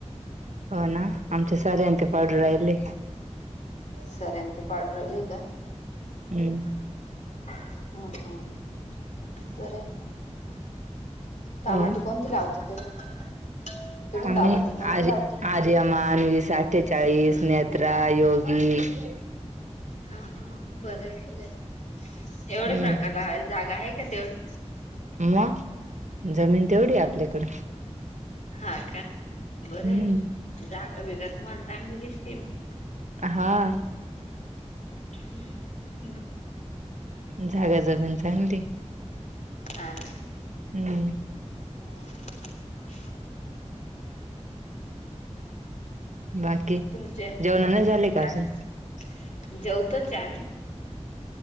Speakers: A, on the right; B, on the left.
A: हो ना आमचे सार्ऱ्या अन् ते पाडू राहिले.
B: सर्या अन् ते पाडू राहिलेय का
A: हम्म
B: हम् हम् बरंय टामाटे
A: हो
B: कोणते लावता तुम्ही तुम्ही
A: आम्ही
B: टमाटे कोणती
A: आर्य
B: लावता?
A: आर्यमान वीस अठ्ठेचाळीस नेत्रा योग ही
B: हा हा बरंय बरंय एवढे
A: हम्म
B: प्रकार लावायले जागा आहे का तेवढी
A: मग जमीन तेवढी आहे आपल्याकडे
B: हा का बरंय
A: हम्म
B: जागा बिगा तुम्हाला चांगली दिसतेय मग
A: हां
B: हम्म
A: जागा ज पण चांगलीये
B: हा ना
A: हम्म
B: <unintelligible>
A: बाकी
B: तुमचे
A: जेवण नाही झाले का
B: काय
A: अजून
B: जेव तोच ये आम्ही